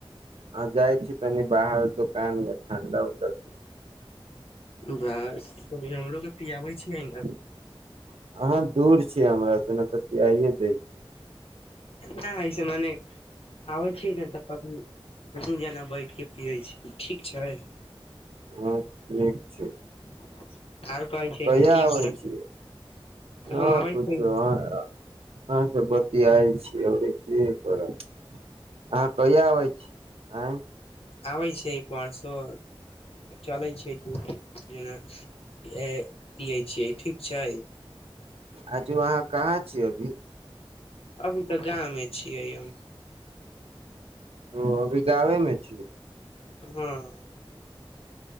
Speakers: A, on the right; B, on the left.
A: आ जाइ छी तनि बाहर दुकान मे ठं्डा उंडा
B: बास कभी हमरो के पियाबै छियै ने
A: अहाँ दूर हमरा से ने तऽ खियाइे दै छी।
B: नहि ऐसे मने आबै छै न तऽ कभी गूँ जेना बैठ के पियै छी, ठीक छै।
A: हँ, ठीक छै।
B: <unintelligible> छै
A: कय
B: ने की
A: आबै
B: करै
A: छिय,
B: छै
A: न
B: हम आबै
A: पूछ
B: छियै
A: <unintelligible> कियाओ छीयो की करब, अहाँ कहिआ आबै छी, आ
B: आबैत छै पाँचसो, तऽ चलैत छै जेना पियै छियै ठीक छै।
A: आजू अहाँ कहाँ छिय अभी।
B: अभी तऽ गाव मे छियै हम।
A: ओ, अभी गावे मे छीिय।
B: ह्म्म।